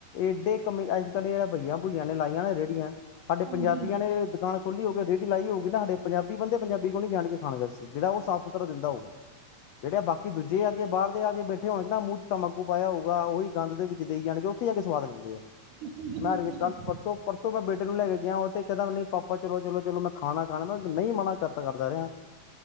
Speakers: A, on the left; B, on the right.
A: ਏਡੇ ਕਮੇ, ਅੱਜ ਕੱਲ੍ਹ ਇਹ ਬਈਆ- ਬੁਈਆਂ ਨੇ ਲਾਈਆਂ ਨਾ ਰੇਹੜੀਆਂ, ਸਾਡੇ
B: ਹਾਂਜੀ
A: ਪੰਜਾਬੀਆਂ ਨੇ ਦੁਕਾਨ ਖੋਲੀ ਹੋਊਗੀ ਰੇਹੜੀ ਲਾਈ ਹੋਊਗੀ ਨਾ, ਸਾਡੇ ਪੰਜਾਬੀ ਬੰਦੇ, ਪੰਜਾਬੀ ਕੋਲ ਨੀ ਜਾਣਗੇ ਖਾਣ ਵਾ ਜਿਹੜਾ, ਉਹ
B: ਬਿਲਕੁਲ
A: ਸਾਫ਼ ਸੁਥਰਾ ਦਿੰਦਾ ਹੋਊਗਾ। ਜਿਹੜੇ ਆ, ਬਾਕੀ ਦੂਜੇ ਆ ਕੇ ਬਾਹਰ ਦੇ ਆ ਕੇ ਬੈਠੇ ਹੋਣਗੇ ਨਾ, ਮੂੰਹ ਚ ਤਮਾਕੂ ਪਾਇਆ ਹੋਊਗਾ, ਉਹੀ ਗੰਦ ਦੇ ਵਿੱਚ ਦੇਈ ਜਾਣਗੇ, ਉੱਥੇ ਜਾ ਕੇ ਸਵਾਦ ਲੈਂਦੇ ਆ,
B: ਬਿਲਕੁਲ ਜੀ ਬਿਲਕੁਲ
A: ਮੈਂ ਅਜੇ ਕੱਲ ਪਰਸੋਂ ਪਰਸੋਂ ਮੈਂ ਬੇਟੇ ਨੂੰ ਲੈ ਕੇ ਗਿਆ, ਉਥੇ ਕਹਿੰਦਾ ਵੀ ਨਹੀਂ ਪਾਪਾ ਚਲੋ-ਚਲੋ, ਚਲੋ ਮੈਂ ਖਾਣਾ, ਖਾਣਾ, ਮੈਂ ਨਹੀਂ ਮਨਾ ਕਰਤਾ ਕਰਦਾ ਰਿਹਾ। <unintelligible>